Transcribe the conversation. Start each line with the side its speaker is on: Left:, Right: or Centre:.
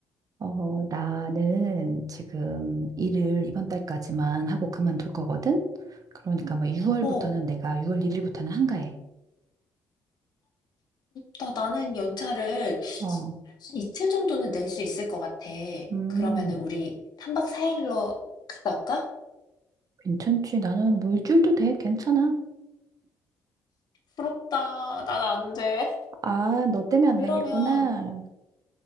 Right: 어, 나는 지금 일을 이번 달까지만 하고 그만둘 거거든? 그러니까 뭐 6월부터는
Left: 어.
Right: 내가 6월 1일부터는 한가해.
Left: 그렇다. 나는 연차를
Right: 어,
Left: 이틀 정도는 낼 수 있을 것 같아.
Right: 음,
Left: 그러면은 우리 3박 4일로 갔다 올까?
Right: 괜찮지. 나는 뭐 일주일도 돼. 괜찮아.
Left: 부럽다. 난 안 돼.
Right: 아, 너 때문에 안
Left: 그러면
Right: 되겠구나.